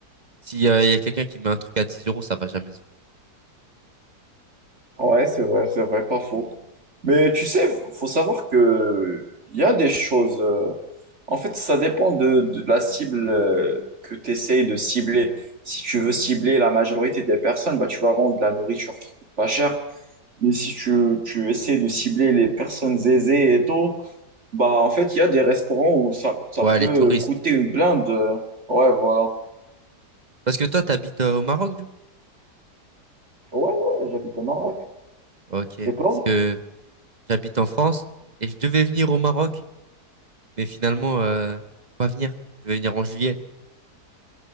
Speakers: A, on the right (about 25°); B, on the right (about 45°).
A: si euh, il y a quelqu'un qui met un truc à 10 euros, ça va jamais se vendre.
B: Ouais, c'est vrai, c'est vrai, pas faux.
A: Mais ouais.
B: Mais tu sais, faut savoir que il y a des choses. euh, en fait, ça dépend de, de la cible euh, que tu essayes de cibler. Si tu veux cibler la majorité des personnes, bah, tu vas vendre de la nourriture qui coûte pas cher. Mais si tu, tu essaies de cibler les personnes aisées et tout, bah, en fait, il y a des restaurants où ça, ça
A: Ouais,
B: peut
A: les touristes.
B: coûter une blinde. euh. Ouais, voilà.
A: Parce que toi, t'habites euh, au Maroc, du coup?
B: Ouais, ouais, j'habite au Maroc.
A: Ok,
B: Et toi?
A: parce que j'habite en France et je devais venir au Maroc, mais finalement, euh, je peux pas venir. Je devais venir en juillet